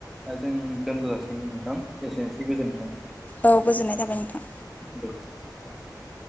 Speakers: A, in the centre; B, on the left.
A: दा जों दोनथ' जाासिगोन नोंथां एसेनोसै गोजोनथों।
B: औ गोजोननाय थाबाय नोंथां।
A: दे <unintelligible>